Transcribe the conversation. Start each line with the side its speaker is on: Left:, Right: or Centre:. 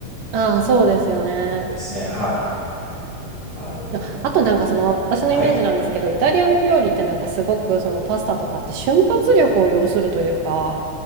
Right: ああ、そうですよね。
Left: ですね。はい。あの、
Right: ああとなんかその私のイメージなんですけどイタリアの料理ってなんかすごくそのパスタとかって瞬発力を要するというかわ
Left: たはい。